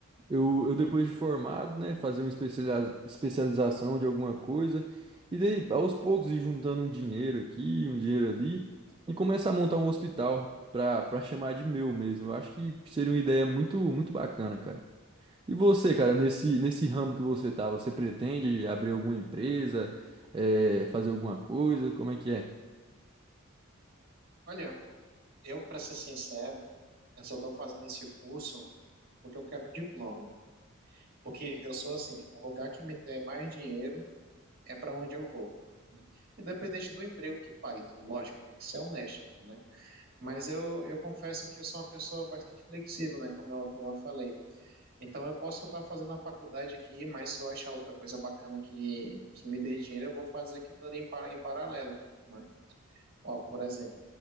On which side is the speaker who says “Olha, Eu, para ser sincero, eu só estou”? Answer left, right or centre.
Right